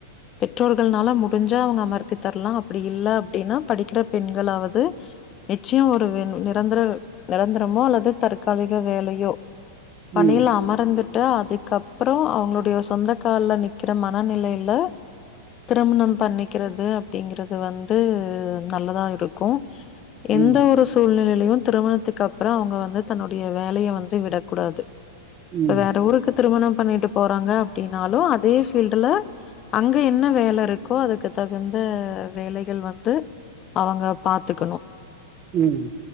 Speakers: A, on the left (about 35°); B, on the right (about 30°).
A: பெற்றோர்கள்னால முடிஞ்சா அவுங்க அமர்த்தி தரலா அப்டி இல்ல அப்டினா படிக்கிற பெண்களாவது நிச்சியோ ஒரு வேணு நிரந்தர நெரந்தரமோ அல்லது தற்காலிக வேலையோ பணியில
B: ம்
A: அமர்ந்துட் டா அதுக்கப்றோ அவுங்களுடைய சொந்த கால்ல நிக்கிற மனநிலையில திருமணம் பண்ணிக்கிறது அப்டிங்கறது வந்து நல்லதா இருக்கு எந்த
B: ம்
A: ஒரு சூழ்நிலையிலையும் திருமணத்துக்கு அப்றோ அவுங்க வந்து தன்னுடைய வேலைய வந்து விடக் கூடாது
B: ம்
A: இப்ப வேற ஊருக்கு திருமணம் பண்ணிட்டு போறாங்க அப்டினாலு அதே பீல்டுல அங்க என்ன வேல இருக்கோ அதுக்கு தகுந்த வேலைகள் வந்து அவங்க பாத்துக்கணு
B: ம்